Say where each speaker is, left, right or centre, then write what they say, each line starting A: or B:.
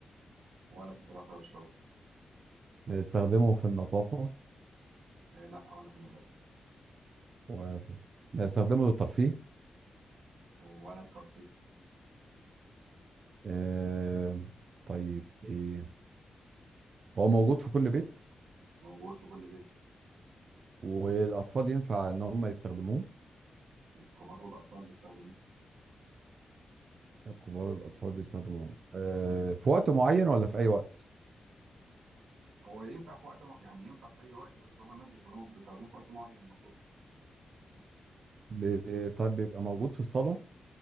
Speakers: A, on the right; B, on the right.
A: ولا في الدراسة والشغل
B: بنستخدمه في النظافة
A: إيه لا ولا في النظافة
B: و- استخدمه للترفيه
A: ولا الترفيه
B: آه، طيب ايه هو موجود في كل بيت
A: موجود في كل بيت
B: والاطفال ينفع ان هم يستخدموه
A: الكبار والأطفال بيستخدموه
B: الكبار والاطفال بيستخدموه آه، في وقت معين ولا في اي وقت
A: هو ينفع في وقت م... يعني ينفع في أي وقت بس هما الناس بيستخدموه بيستخدموه في وقت معين المفروض
B: ب- طيب بيبقى موجود في الصالة